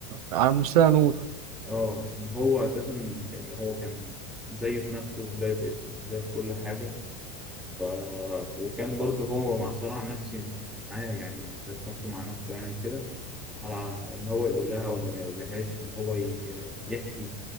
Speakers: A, on the right; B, in the centre.
A: على الممثله نور
B: اه ان هو اساسا يعني هو كان مزيف نفسه ومزيف اسمه ومزيف كل حاجه ف وكان برضو هو مع صراع نفسي معاه يعني ذات نفسه مع نفسه يعني وكده على ان هو يقول لها ولا ما يقولهاش ان هو ي- يحكي